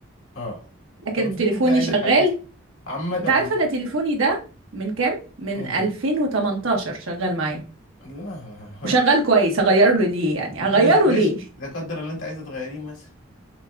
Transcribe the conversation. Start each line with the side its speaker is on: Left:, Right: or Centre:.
Left: اه
Right: لكن
Left: طب افرضي
Right: تليفوني
Left: انت عايز
Right: شغال
Left: تحدثي عامه
Right: انت
Left: عامه
Right: عارف انا تليفوني ده من كام من
Left: ماشي
Right: 2018 شغال معايا
Left: لا <laughs>
Right: وشغال كويس اغيره ليه يعني
Left: طب ماشي
Right: اغيره
Left: ماشي
Right: ليه <laughs>
Left: لا قدر الله انت عايزه تغيريه مثلا